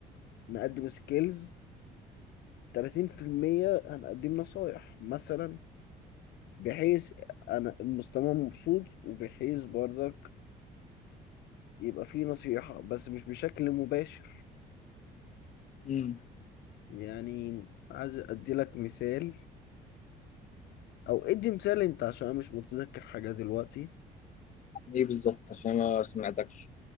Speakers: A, on the left (about 75°); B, on the left (about 50°).
A: نقدم سكيلز 30% انا اقدم نصايح مثلا بحيث انا المستمع مبسوط وبحيث برضك يبقى فيه نصيحة بس مش بشكل مباشر
B: امم
A: يعني عايز ادي لك مثال او ادي مثال انت عشان انا مش متذكر حاجة دلوقتي
B: ايه بالظبط عشان ما سمعتكش